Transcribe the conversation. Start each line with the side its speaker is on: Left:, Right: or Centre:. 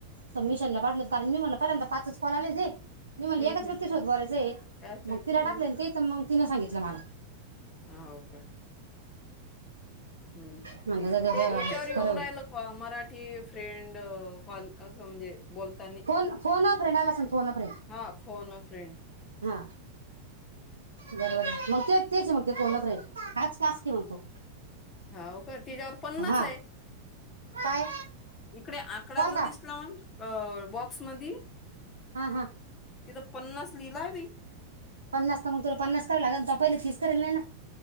Right: सबमिशनला पाठवलं. कारण मी म्हणलं पहिल्यांदा पाचच कॉल आले जे मी मला
Left: हम्म
Right: एकाच
Left: हम्
Right: व्यक्ती सोबत बोलायचं
Left: कायच
Right: म
Left: ऐकलं
Right: तिला टाकल ना ते तिथ मग तिन सांगित <inaudible>
Left: हो का? हम्म हम्म
Right: म्हणलं जाऊ दे
Left: ते याच्यावर येऊन
Right: बरं होईल
Left: राहिल का हो मराठी फ्रेंड कॉल असं म्हणजे बोलतानी
Right: फोन फोन अ फ्रेंड आलं असेल फोन अ फ्रेंड
Left: हा फोन अ फ्रेंड
Right: हा.... बरोबर मग तेच तेच आहे. मग फोन अ फ्रेड हाच टास्क आहे मग तो.
Left: हाओ का तिच्यावर पन्नास
Right: हा
Left: आहे.
Right: काय?
Left: इकडे आकडा
Right: कॉल
Left: जो
Right: का
Left: दिसला ऑन अ बॉक्समधी
Right: हा, हा
Left: तिथं पन्नास लिहिलाय बी...,.
Right: पन्नास तर मग तुला पन्नास कराय लागन तो पहिले तीस करेल नाही ना?